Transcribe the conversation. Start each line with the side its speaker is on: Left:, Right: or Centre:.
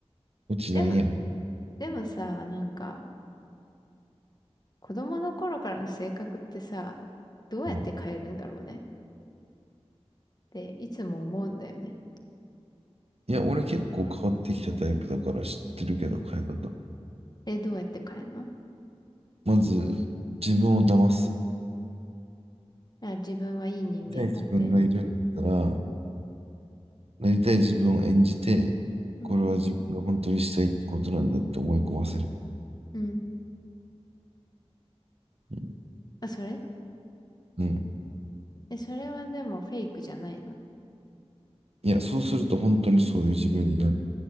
Right: 落ちないやん。
Left: でも、でもさ、なんか、子供の頃からの性格ってさ、どうやって変えるんだろうね。
Right: うん
Left: っていつも思うんだよね。
Right: いや、俺結構変わってきたタイプだから知ってるけど、変え方。
Left: え、どうやって変えるの
Right: まず、自分を騙す。
Left: あ、自分はいい人間だって。
Right: なりたい自分がいるんだったら、なりたい自分を演じて、
Left: うん。
Right: これは自分が本当にしたいことなんだって思い込ませる。
Left: うん。
Right: うん。
Left: あ、それ
Right: うん
Left: え、それはでもフェイクじゃないの
Right: いや、そうすると本当にそういう自分になる。